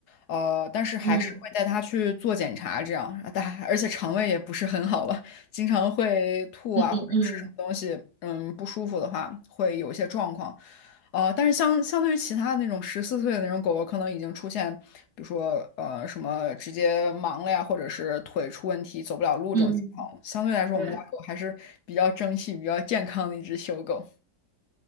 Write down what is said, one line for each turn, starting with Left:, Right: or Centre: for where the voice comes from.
Left: 呃，但是还是会带他去做检查，
Right: 嗯
Left: 这样，啊但而且肠胃也不是很好了，经常会吐啊或者吃什么东西，
Right: 嗯嗯
Left: 嗯，不舒服的话会有一些状况。呃，但是相相对于其他的那种十四岁的那种狗狗，可能已经出现，比如说呃什么直接盲了呀，或者是腿出问题走不了路这种情况。
Right: 嗯，
Left: 相对来说，
Right: 对。
Left: 我们家狗还是比较争气、比较健康的一只小狗。